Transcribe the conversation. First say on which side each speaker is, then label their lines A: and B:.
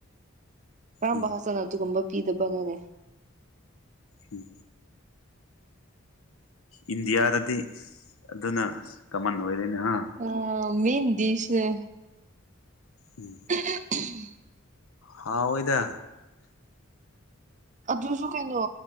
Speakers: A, on the right; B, on the left.
A: ꯀꯔꯝꯕ
B: ꯎꯝ
A: ꯍꯆꯅ ꯑꯗꯨꯒꯨꯝꯕ ꯄꯤꯗꯕꯅꯣꯅꯦ
B: ꯎꯝ ꯏꯟꯗꯤꯌꯥꯗꯗꯤ ꯑꯗꯨꯅ ꯀꯃꯟ ꯑꯣꯏꯔꯦꯅꯦ ꯍꯥ
A: ꯑ ꯃꯟ ꯗꯤꯁ
B: ꯎꯝ
A: ꯎ
B: ꯍꯥꯎꯑꯣꯣꯏꯗ
A: ꯑꯗꯨꯁꯨ ꯀꯩꯅꯣ